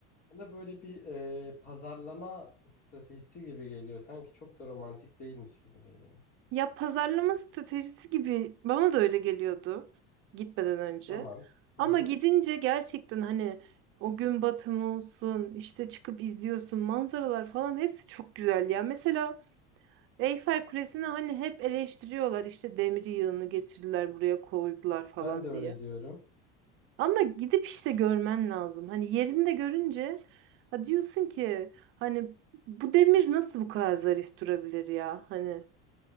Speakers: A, on the left; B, on the right.
A: bana böyle bir e, pazarlama stratejisi gibi geliyor. Sanki çok da romantik değilmiş gibi geliyor.
B: Ya pazarlama stratejisi gibi bana da öyle geliyordu gitmeden önce.
A: Tamam. Hı
B: Ama
A: hı.
B: gidince gerçekten hani o gün batımı olsun, işte çıkıp izliyorsun manzaralar falan hepsi çok güzel ya. Mesela Eyfel Kulesi'ni hani hep eleştiriyorlar işte demir yığını getirdiler buraya koydular falan
A: Ben de öyle
B: diye.
A: diyorum.
B: Ama gidip işte görmen lazım. Hani yerinde görünce ha diyorsun ki hani bu demir nasıl bu kadar zarif durabilir ya? Hani